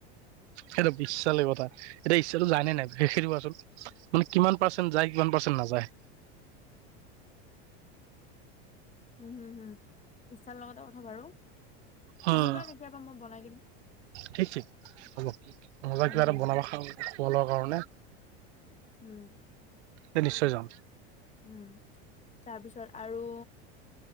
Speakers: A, on the right (about 85°); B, on the left (about 20°).
A: সেইটো বিশ্বালে কথা, এতিয়া ইচ্ছাটো যায় নে নাই সেইটো কোৱাচোন? মানে কিমান পাৰ্চেণ্ট যায় কিমান পাৰ্চেণ্ট নাযায়?
B: উম, হুম, হুম ইচ্ছাৰ লগতে কথা বাৰু,
A: উম,
B: আহিবা কেতিয়াবা মই বনাই দিম।
A: ঠিক ঠিক, হব মজা
B: হম
A: কিবা এটা
B: হম
A: বনাবা খাওঁ খোৱা - লোৱাৰ কাৰণে,
B: উম
A: এ নিশ্চয় যাম।
B: উম, তাৰ পিছত আৰু